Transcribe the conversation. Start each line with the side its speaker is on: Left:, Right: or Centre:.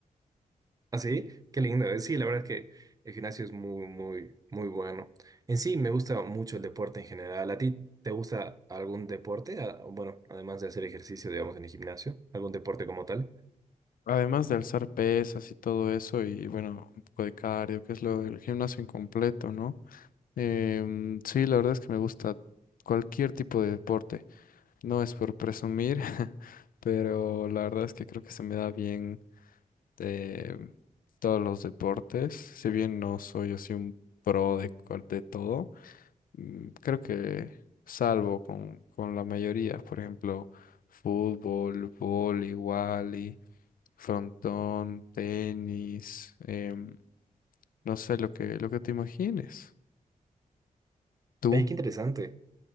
Right: ¿Ah, sí? Qué lindo. Eh, Sí, la verdad es que el gimnasio es muy, muy, muy bueno. En sí, me gusta mucho el deporte en general. ¿A ti te gusta algún deporte? Ah, Bueno, además de hacer ejercicio, digamos, en el gimnasio, algún deporte como tal.
Left: Además de alzar pesas y todo eso y bueno, un poco de cardio, que es lo del gimnasio incompleto, ¿no? Em, sí, la verdad es que me gusta cualquier tipo de deporte. No es por presumir, <laughs> pero la verdad es que creo que se me da bien. de todos los deportes. Si bien no soy así un pro de, cual- de todo, mm, creo que salvo con, con la mayoría, por ejemplo, fútbol, vóley, wally, frontón, tenis, em, no sé lo que, lo que te imagines. ¿Tú?
Right: Oye, qué interesante.